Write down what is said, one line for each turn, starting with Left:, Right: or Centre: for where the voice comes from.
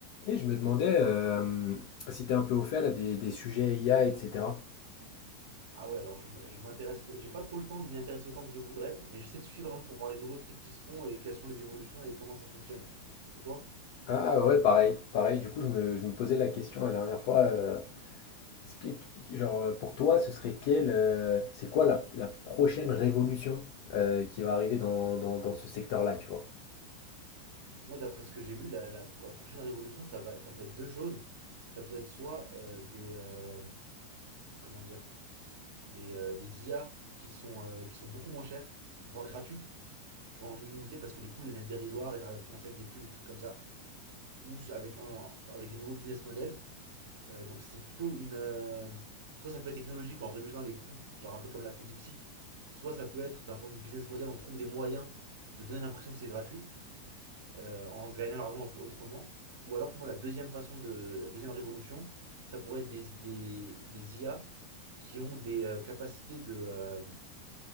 Left: Et je me demandais euh, si t'es un peu au fait là des, des sujets IA, etc.
Right: Ah ouais, alors je m- je m'intéresse, j'ai pas trop le temps de m'y intéresser autant que je voudrais, mais j'essaie de suivre un peu pour voir les nouveaux trucs qui se font et quelles sont les évolutions et comment ça fonctionne. Et toi?
Left: Ah ouais, pareil, pareil. Du coup, je me, je me posais la question la dernière fois. euh, est-ce que- qui- genre, euh, pour toi, ce serait quelle, euh, c'est quoi la, la prochaine révolution euh, qui va arriver dans, dans, dans ce secteur-là, tu vois?
Right: Moi, d'après ce que j'ai vu, la, la pro- prochaine révolution, ça va, ça peut être deux choses. Ça peut être soit euh, des, euh, comment dire, des, euh, des IA qui sont, euh, qui sont beaucoup moins chères, voire gratuites, tu vois, en illimité parce que les coûts deviennent dérisoires et t'arrives à le financer avec des pubs, des trucs comme ça, ou s- avec, en- avec des nouveaux business models Euh, donc c'est plutôt une. euh, soit ça peut être technologique en réduisant les coûts, genre un peu comme l'a fait DeepSeek. Soit ça peut être d'un point de vue business model, on trouve des moyens de donner l'impression que c'est gratuit euh, en gagnant l'argent autrement. Ou alors pour moi la deuxième façon de la deuxième révolution, ça pourrait être des des, des IA qui ont des euh, capacités de euh,